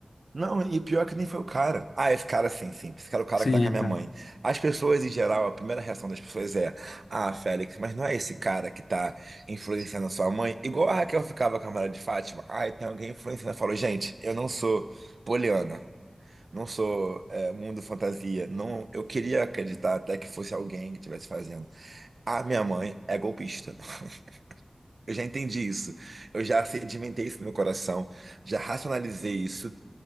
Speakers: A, on the right; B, on the left.
A: Não, e pior que nem foi o cara. Ah, esse cara sim, sim. Esse cara é o cara
B: Sim,
A: que tá com
B: é,
A: a minha
B: cara.
A: mãe. As pessoas, em geral, a primeira reação das pessoas é: Ah, Félix, mas não é esse cara que tá influenciando a sua mãe? Igual a Raquel ficava com a Maria de Fátima. ah tem alguém influenciando. Eu falo, gente, eu não sou poliana. Não sou é, mundo fantasia. Não, eu queria acreditar até que fosse alguém que estivesse fazendo. A minha mãe é golpista. <laughs> Eu já entendi isso. Eu já sedimentei isso no meu coração. Já racionalizei isso.